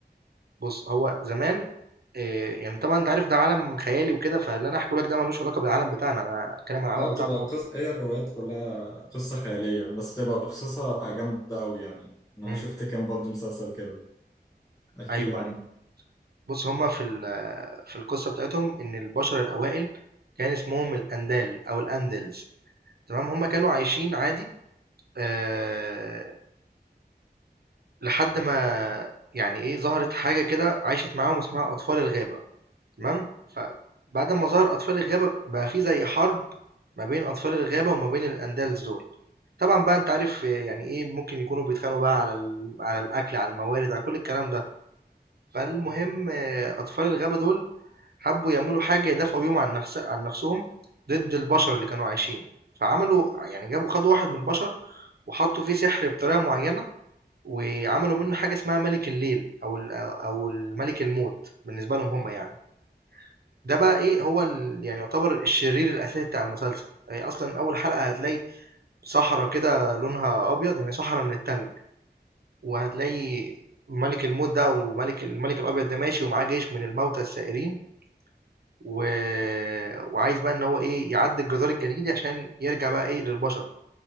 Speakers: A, on the right; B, on the left.
A: بص هو زمان آه، يعني طبعا أنت عارف ده عالم خيالي وكده فاللي أنا أحكي لك ده ملوش علاقة بالعالم بتاعنا أنا أتكلم عن العالم
B: اه
A: بتاعنا
B: بتبقى
A: هو.
B: قص... هي الروايات كلها قصة خيالية بس بتبقى قصصها جامدة أوي يعني أنا
A: مم.
B: شفت كان برضه مسلسل كده احكي
A: أيوه
B: لي عنه
A: أيوه بُص، هُم في ال في القصة بتاعتهم إن البشر الأوائل كان اسمهم الأندال أو الأندلز تمام، هُم كانوا عايشين عادي آآ، لحد ما يعني إيه، ظهرت حاجة كده عاشت معاهم اسمها أطفال الغابة تمام، فبعد أمّا ظهر أطفال الغابة بقى في زي حرب ما بين أطفال الغابة وما بين الأندلز دول، طبعًا بقى أنت عارف يعني إيه، ممكن يكونوا بيتخانقوا بقى على ال على الأكل، على الموارد، على كل الكلام ده. فالمهم آه، أطفال الغابة دول حبوا يعملوا حاجة يدافعوا بيهم عن نفس عن نفسهم ضد البشر اللي كانوا عايشين فعملوا يعني جابوا خدوا واحد من البشر وحطوا فيه سحر بطريقة معينة وعملوا منه حاجة اسمها ملك الليل أو ال- أو الملك الموت بالنسبة لهم هم يعني ده بقى إيه هو ال- يعني يعتبر الشرير الأساسي بتاع المسلسل يعني أصلا أول حلقة هتلاقي صحراء كده لونها أبيض يعني صحراء من التلج وهتلاقي ملك الموت ده وملك الملك الابيض ده ماشي ومعاه جيش من الموتى السائرين و... وعايز بقى ان هو ايه يعدي الجدار الجليدي عشان يرجع بقى ايه للبشر